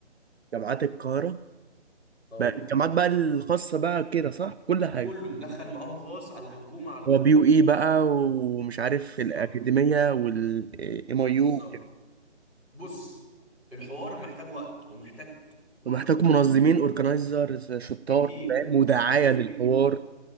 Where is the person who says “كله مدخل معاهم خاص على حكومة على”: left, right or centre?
Centre